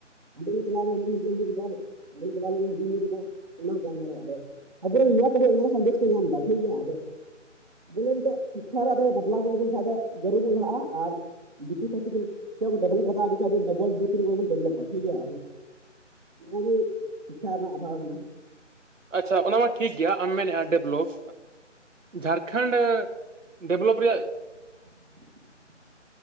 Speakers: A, on the right (about 40°); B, on the right (about 80°).
A: ᱦᱟᱸᱰᱮ ᱫᱚ ᱪᱟᱞᱟᱣ ᱦᱟᱺᱰᱤ ᱧᱩ ᱠᱮᱫᱟ, ᱦᱚᱰᱮᱧ ᱪᱟᱣ ᱞᱮᱱᱟ ᱦᱟᱺᱰᱤᱧ ᱧᱩ ᱠᱮᱫᱟ᱾ ᱚᱱᱟ ᱦᱚᱸ ᱜᱟᱞᱢᱟᱨᱟᱣ ᱟᱫᱚ ᱟᱵᱚᱨᱮᱱ ᱱᱚᱣᱟ ᱠᱚᱨᱮ ᱚᱱᱟ ᱦᱚᱸ ᱥᱟᱱᱫᱮᱥ ᱠᱚ ᱧᱟᱢ ᱮᱫᱟ ᱴᱷᱤᱠ ᱜᱮᱭᱟ ᱟᱫᱚ ᱵᱚᱞᱮ ᱱᱤᱛᱚᱜ ᱥᱤᱠᱠᱷᱟ ᱨᱮᱫᱚ ᱵᱚᱫᱞᱟᱣ ᱵᱚᱱ ᱟᱹᱜᱩ ᱞᱮᱠᱷᱟᱱ ᱫᱚ ᱡᱟᱹᱨᱩ ᱵᱚᱱ ᱞᱟᱦᱟᱜᱼᱟ᱾ ᱟᱨ ᱫᱤᱠᱩ ᱪᱷᱟᱛᱤᱠ ᱪᱮᱫ ᱠᱚ ᱰᱮᱵᱷᱞᱚᱯ ᱠᱟᱫᱟ ᱩᱱ ᱟᱵᱚ ᱰᱚᱵᱚᱞ ᱫᱩ ᱛᱤᱱ ᱦᱚᱲ ᱵᱚᱱ ᱰᱮᱵᱷᱞᱚᱯᱟ ᱴᱷᱤᱠ ᱜᱮᱭᱟ, ᱟᱫᱚ ᱱᱚᱣᱟ ᱜᱮ ᱥᱤᱠᱠᱷᱟ ᱨᱮᱱᱟᱜ ᱟᱵᱷᱟᱣᱟ ᱠᱟᱱᱟ
B: ᱟᱪᱪᱷᱟ ᱚᱱᱟ ᱢᱟ ᱴᱷᱤᱠ ᱜᱮᱭᱟ ᱟᱢ ᱢᱮᱱᱮᱫᱼᱟ ᱰᱮᱵᱷᱞᱚᱯ ᱡᱷᱟᱲᱠᱷᱚᱸᱰ ᱰᱮᱵᱷᱞᱚᱯ ᱨᱮᱭᱟᱜ
A: <unintelligible>